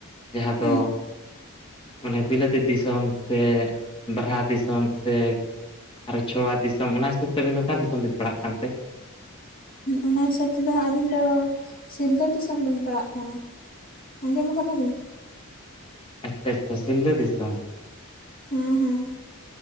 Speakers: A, on the left (about 25°); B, on the left (about 40°).
A: ᱡᱟᱦᱟᱸ ᱫᱚ
B: ᱦᱩᱸ
A: ᱢᱟᱱᱮ ᱵᱤᱞᱟᱹᱛᱤ ᱫᱤᱥᱚᱢ ᱥᱮ ᱵᱟᱨᱦᱟ ᱫᱤᱥᱚᱢ ᱥᱮ ᱟᱨ ᱪᱷᱳᱣᱟ ᱫᱤᱥᱚᱢ ᱚᱱᱟ ᱦᱤᱥᱟᱹᱵ ᱛᱮ ᱟᱹᱵᱤᱱ ᱫᱚ ᱚᱠᱟ ᱫᱤᱥᱚᱢ ᱵᱤᱱ ᱯᱟᱲᱟᱜ ᱠᱟᱱᱛᱮ?
B: ᱚᱱᱟ ᱦᱤᱥᱟᱹᱵ ᱛᱮᱫᱚ ᱟᱹᱞᱤᱧ ᱫᱚ ᱥᱤᱞᱫᱟᱹ ᱫᱤᱥᱚᱢ ᱞᱤᱧ ᱯᱟᱲᱟᱜ ᱠᱟᱱᱟ᱾ ᱟᱸᱡᱚᱢ ᱠᱟᱫᱟ ᱵᱤᱱ?
A: ᱟᱪᱪᱷᱟ ᱟᱪᱪᱷᱟ ᱥᱤᱞᱫᱟᱹ ᱫᱤᱥᱚᱢ
B: ᱦᱮᱸ ᱦᱮᱸ